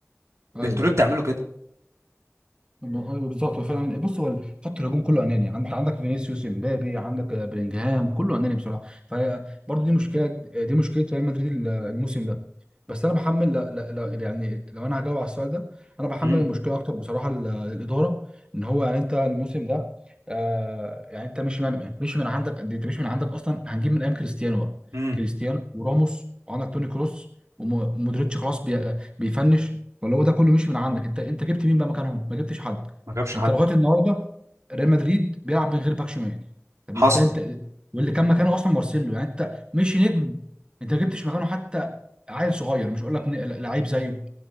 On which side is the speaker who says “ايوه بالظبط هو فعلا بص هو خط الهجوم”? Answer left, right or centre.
Right